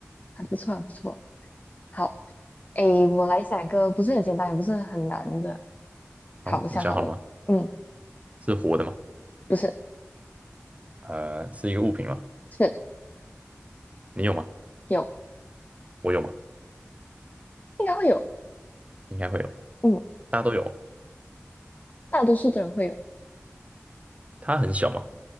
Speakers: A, on the left; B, on the right.
A: 还不错，还不错。好，哎，我来想一个不是很简单，也不是很难的。
B: 好，
A: 好，我想好了，
B: 你想好了吗？
A: 嗯，
B: 是活的吗？
A: 不是，
B: 呃，是一个物品吗？
A: 是
B: 你有吗？
A: 有，
B: 我有吗？
A: 应该会有，
B: 应该会有，
A: 嗯，
B: 大家都有吗。
A: 大多数的人会有。
B: 它很小嘛，